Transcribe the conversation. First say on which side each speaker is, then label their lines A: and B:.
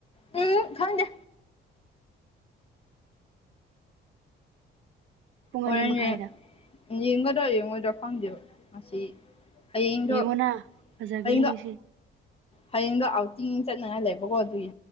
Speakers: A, on the left; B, on the right.
A: ꯎꯝ ꯈꯪꯗꯦ
B: ꯄꯨꯡ
A: ꯍꯣꯔꯦꯟꯒꯤ
B: ꯑꯅꯤ ꯃꯈꯥꯏꯗ
A: ꯌꯦꯡꯒꯗ꯭ꯔ ꯌꯦꯡꯉꯣꯢꯗ꯭ꯔ ꯈꯪꯗꯦꯕ ꯉꯁꯤ ꯍꯌꯦꯡꯗꯣ
B: ꯌꯦꯡꯉꯣꯅ ꯐꯖꯒꯅꯤ
A: ꯍꯌꯦꯡꯗꯣ
B: ꯉꯁꯤ
A: ꯍꯌꯦꯡꯗꯣ ꯑꯥꯎꯇꯤꯡ ꯆꯠꯅꯤꯡꯉꯥꯢ ꯂꯩꯕꯀꯣ ꯑꯗꯨꯒꯤ